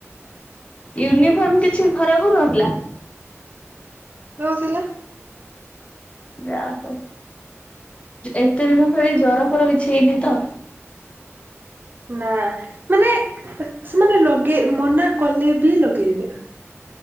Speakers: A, on the left; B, on the right.
A: ୟୁନିଫର୍ମ କିଛି ଖରାପ ହଉ ନଥିଲା।
B: କଅ ହୋଲା।
A: ଯାହୋ ଏତେ ଦିନ ଭ ଜର ଫର କିଛି ହେଇନି ତ।
B: ନା ମାନେ ସେମାନେ ଲଗେଇ ମନା କଲେ ବି ଲଗେଇବେ।